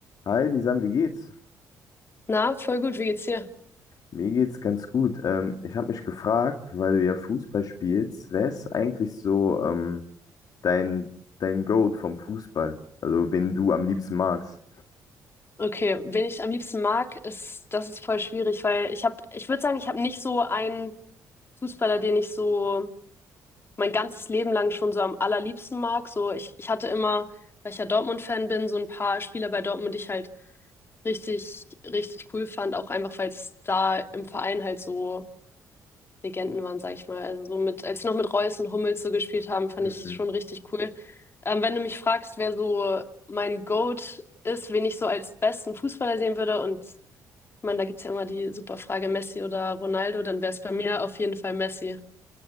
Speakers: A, on the left (about 60°); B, on the left (about 35°).
A: Hi, Lisan, wie geht's?
B: Na, voll gut, wie geht's dir?
A: Mir geht's ganz gut. Ähm, ich habe mich gefragt, weil du ja Fußball spielst, wer ist eigentlich so ähm, dein, dein Goat vom Fußball? Also, wen du am liebsten magst?
B: Okay, wen ich am liebsten mag, ist, das ist voll schwierig, weil ich habe, ich würde sagen, ich habe nicht so einen Fußballer, den ich so mein ganzes Leben lang schon so am allerliebsten mag. So, ich, ich hatte immer, weil ich ja Dortmund-Fan bin, so ein paar Spieler bei Dortmund, die ich halt richtig, richtig cool fand, auch einfach, weil es da im Verein halt so Legenden waren, sag ich mal. Also so mit, als sie noch mit Reus und Hummels so gespielt haben, fand
A: Mhm.
B: ich schon richtig cool. Ähm, wenn du mich fragst, wer so mein GOAT ist, wen ich so als besten Fußballer sehen würde, und ich meine, da gibt's ja immer die super Frage, Messi oder Ronaldo, dann wäre es bei mir auf jeden Fall Messi.